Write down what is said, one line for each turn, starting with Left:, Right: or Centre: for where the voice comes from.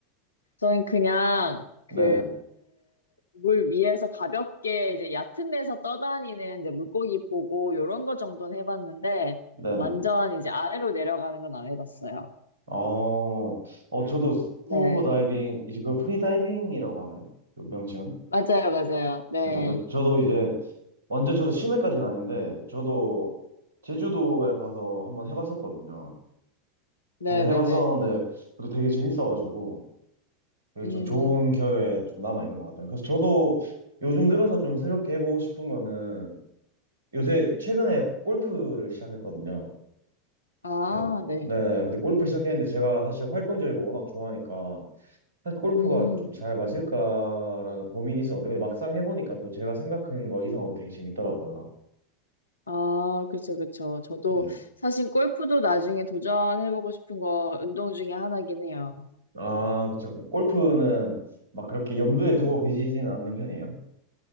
Left: 저는 그냥
Right: 네네.
Left: 그 물 위에서 가볍게 이제 얕은 데서 떠다니는 이제 물고기 보고 요런 거 정도는 해봤는데
Right: 네네.
Left: 완전 이제 아래로 내려가는 건 안 해봤어요.
Right: 어, 어, 저도 스쿠버
Left: 네.
Right: 다이빙, 이제 그 프리다이빙이라고 하나요? 그 명칭은?
Left: 맞아요, 맞아요. 네.
Right: 그죠. 그, 저도 이제, 완전 저도 심해까지는 아닌데, 저도 제주도에 가서 한번 해봤었거든요.
Left: 네네네.
Right: 근데 해봤었는데, 그래도 되게 재밌어가지고, 되게
Left: 음,
Right: 좀 좋은 기억에 좀 남아있는 것 같아요. 그래서 저도 요즘 들어서 좀 새롭게 해보고 싶은 거는, 요새 최근에 골프를 시작했거든요.
Left: 아,
Right: 네,
Left: 네.
Right: 네, 근데 골프 시작했는데 제가 사실 활동적이고 워낙 좋아하니까, 사실 골프가
Left: 음,
Right: 좀 잘 맞을까라는 고민이 있었는데 근데 막상 해보니까 또 제가 생각한 거 이상으로 되게 재밌더라고요.
Left: 아, 그쵸, 그쵸. 저도
Right: 네.
Left: 사실 골프도 나중에 도전해보고 싶은 거 운동 중에 하나긴 해요.
Right: 아, 그쵸. 그럼 골프는 막 그렇게 염두에 두고 계시지는 않는 편이에요?